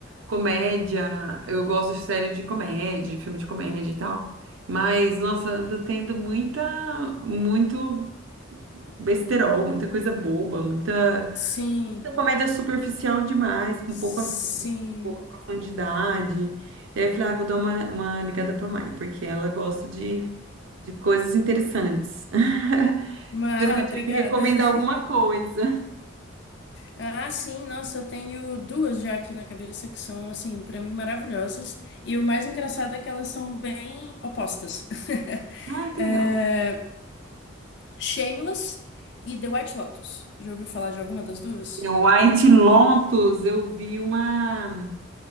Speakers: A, on the right; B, on the left.
A: comédia, eu gosto de série de comédia, de filme de comédia e tal. Mas, nossa, anda tendo muita, muito besterol, muita coisa boba, muita,
B: Sim,
A: muita comédia superficial demais, com
B: sim.
A: pouco assunto, com pouca profundidade. E aí eu falei, ah, vou dar uma, uma ligada pra Mai, porque ela gosta de, de coisas interessantes. <laughs>
B: Mas,
A: Você podia
B: <laughs> obrigada.
A: me recomendar
B: <laughs>
A: alguma coisa?
B: Ah, sim, nossa, eu tenho duas já aqui na cabeça que são, assim, pra mim maravilhosas. E o mais engraçado é que elas são bem opostas. <laughs>
A: Ai, que
B: É...
A: legal.
B: Shameless e The White Lotus. Já ouviu falar de alguma das duas?
A: O White Lotus, eu vi uma.